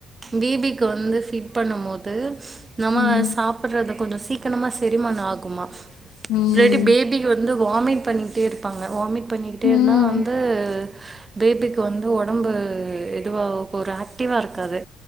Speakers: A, on the right; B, on the left.
A: பேபிக்கு வந்து ஃபீட் பண்ணும் போது நம்ம
B: ம்
A: சாப்பிட்றத கொஞ்சோ சீக்கிரமா செரிமானோ ஆகுமா
B: ம்
A: இல்லாட்டி பேபிக் வந்து வாமிட் பண்ணிக்கிட்டே இருப்பாங்க வாமிட் பண்ணிக்கிட்டே
B: ம்
A: இருந்தா வந்து பேபிக் வந்து ஒடம்பு இதுவா ஒரு ஆக்டிவா இருக்காது